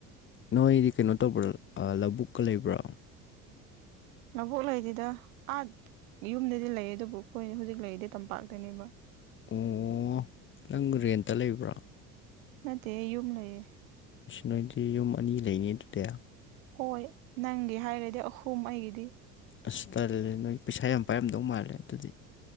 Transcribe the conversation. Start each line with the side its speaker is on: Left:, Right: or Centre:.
Left: ꯅꯣꯏꯗꯤ ꯀꯩꯅꯣ ꯇꯧꯕ꯭ꯔ ꯂꯧꯕꯨꯛꯀ ꯂꯩꯕ꯭ꯔꯥ
Right: ꯂꯕꯣꯛ ꯂꯩꯁꯤꯗ ꯑꯥ ꯌꯨꯝꯗꯗꯤ ꯂꯩꯌꯦ ꯑꯗꯨꯕꯨ ꯑꯩꯈꯣꯏ ꯍꯧꯖꯤꯛ ꯂꯩꯔꯤꯗꯤ ꯇꯝꯄꯥꯛꯇꯅꯦꯕ
Left: ꯑꯣ ꯅꯪ ꯔꯦꯟꯇ ꯂꯩꯕ꯭ꯔꯣ
Right: ꯅꯠꯇꯦ ꯌꯨꯝ ꯂꯩꯌꯦ
Left: ꯅꯣꯏꯗꯤ ꯌꯨꯝ ꯑꯅꯤ ꯂꯩꯅꯦ ꯑꯗꯨꯗꯤ
Right: ꯍꯣꯏ ꯅꯪꯒꯤ ꯍꯥꯏꯔꯗꯤ ꯑꯍꯨꯝ ꯑꯩꯒꯤꯗꯤ
Left: ꯑꯁ ꯇꯜꯂꯦ ꯅꯣꯏ ꯄꯩꯁꯥ ꯌꯥꯝ ꯄꯔꯝꯗꯧ ꯃꯥꯜꯂꯦ ꯑꯗꯨꯗꯤ